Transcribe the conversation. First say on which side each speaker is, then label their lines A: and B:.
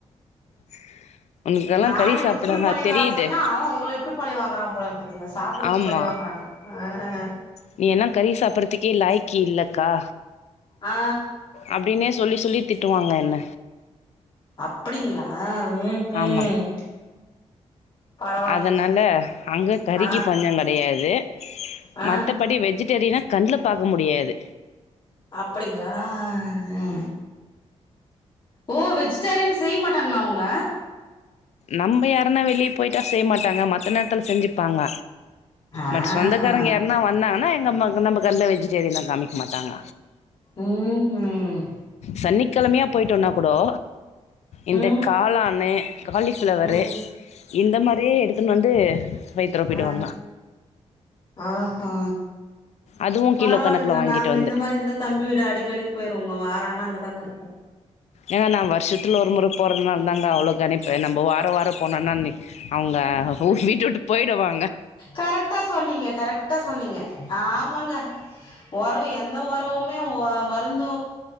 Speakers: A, on the left (about 70°); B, on the left (about 40°).
A: <unintelligible>
B: நானு
A: கறி சாப்பிடவா
B: இப்படி பழி
A: தெரியுது
B: வாங்கன்னா அவன் உங்கள இப்படி பழி வாங்குறா போல இருக்குதுங்க சாப்பிட வச்சு
A: ஆமா
B: பழி வாங்குறா அ
A: நீ என்னா கறி சாப்பறதுக்கே லாயக்கி இல்லக்கா
B: ஆ
A: அப்படினே சொல்லி சொல்லி திட்டுவாங்க என்ன
B: அப்படிங்ளா ம் ம்
A: ஆமாங்க
B: பரவாயில்லைங்க
A: அதனால அங்க கறிக்கு
B: ஆ
A: பஞ்ச கெடையாது மத்தபடி
B: ஆ
A: வெஜிடேரியனா கண்ல பாக்க முடியாது
B: அப்படிங்களா அஹ ஓ வெஜிடேரியன் செய்ய மாட்டாங்களா அவங்க
A: நம்ப யாருனா வெளிய போய்ட்டா செய்ய மாட்டாங்க மத்த நேரத்துல செஞ்சுப்பாங்க
B: ஆஹா
A: பட் சொந்தக்காரங்க யார்னா யார் னா வந்தாங்கன்னா எங்க அம்மா நம்ம கண்ல வெஜிடேரியனோ காமிக்க மாட்டாங்க
B: ம் ம்
A: சனிக்கெழமையா போயிட்டோனா குடோ இந்த
B: ம்
A: காளானு காலிஃப்ளவரு
B: ம்
A: இந்த மாரியே எடுத்துனு வந்து வைத்தொலப்பிடுவாங்க
B: அ ஆஹா
A: அதுவு
B: பரவால்லங்க
A: கிலோ கணக்குல வாங்கிட்டு
B: நாங்க
A: வந்து
B: இந்த மாரி இருந்தா தம்பி வீட அடிக் அடிக்கு போயிருவோங்க வார ஆனா அங்கதாங்க இருப்போ
A: ஏங்க நா வருஷத்துல ஒரு முற போறிறதுதுனால தாங்க அவ்ளோ கணிப்பு நம்ப வாரோ வாரோ போனோனா நீ அவங்க வீட்ட விட்டு போயிடுவாங்க
B: கரெட்டா சொன்னீங்க கரெட்டா சொன்னீங்க ஆமாங்க ஒறவு எந்த ஒறவுமே மருந்து